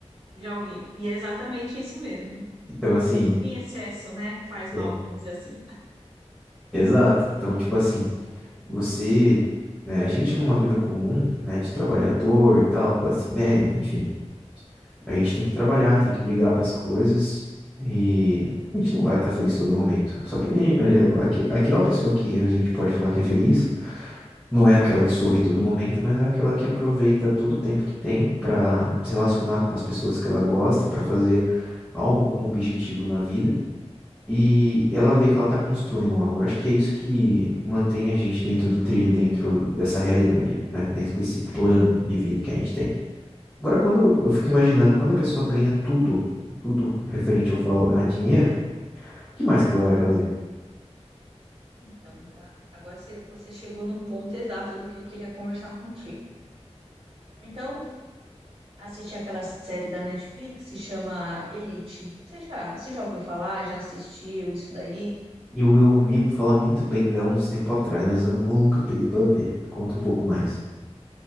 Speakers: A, on the right (about 60°); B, in the centre.
A: já ouvi. E é exatamente isso mesmo.
B: Então, assim,
A: Tudo em excesso, né? Faz
B: É.
A: mal, vamos dizer assim.
B: exato. Então, tipo assim, você, né, a gente numa vida comum, né, de trabalhador e tal, classe média, enfim, a gente tem que trabalhar, tem que brigar para as coisas e a gente não vai estar feliz todo momento. Só que eh, aque- aquela pessoa que a gente pode falar que é feliz não é aquela que sorri todo momento, mas é aquela que aproveita todo o tempo que tem para se relacionar com as pessoas que ela gosta, para fazer algo com objetivo na vida e ela vê que ela tá construindo algo. Eu acho que é isso que mantém a gente dentro do trilho, dentro dessa realidade, né? Dentro desse plano de vida que a gente tem. Agora, quando eu fico imaginando, quando a pessoa ganha tudo, tudo referente, eu falo, a dinheiro, o que mais que ela vai fazer?
A: Então, Gá, agora você, você chegou no ponto exato do que eu queria conversar contigo. Então, assisti aquela série da Netflix, se chama Elite. Você já, você já ouviu falar? Já assistiu isso daí?
B: E Eu eu ouvi falar muito bem dela uns tempos atrás, mas eu nunca peguei pra ver. Conta um pouco mais.